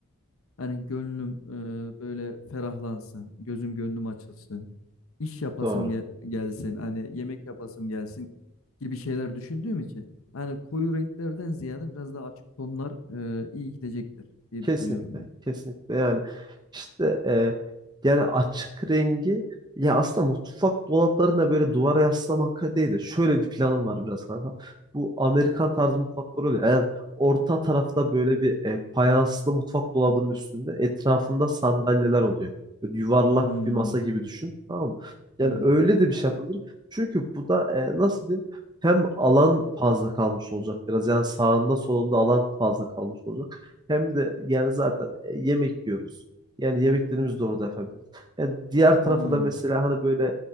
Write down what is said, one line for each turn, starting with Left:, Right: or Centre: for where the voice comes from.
Left: hani gönlüm e, böyle ferahlansın, gözüm gönlüm açılsın. iş yapasım
Right: Doğru.
Left: gel- gelsin, hani yemek yapasım gelsin gibi şeyler düşündüğüm için hani koyu renklerden ziyade biraz daha açık tonlar e, iyi gidecektir diye
Right: Kesinlikle,
Left: düşünüyorum ben.
Right: kesinlikle yani işte e, yani açık rengi ya aslında mutfak dolaplarında böyle duvara yaslamak değil de şöyle bir planım var biraz kanka. Bu Amerikan tarzı mutfaklar oluyor. Yani orta tarafta böyle bir e, fayanslı mutfak dolabının üstünde etrafında sandalyeler oluyor. Böyle yuvarlak
Left: Hmm,
Right: bir masa gibi düşün tamam mı? Yani
Left: evet.
Right: öyle de bir şey yapabilirim. Çünkü bu da e, nasıl diyeyim hem alan fazla kalmış olacak biraz. Yani sağında solunda alan fazla kalmış olacak. Hem de yani zaten e, yemek yiyoruz. Yani yemeklerimizi de orada yapabiliriz. Yani diğer
Left: Hmm,
Right: tarafa da mesela hani böyle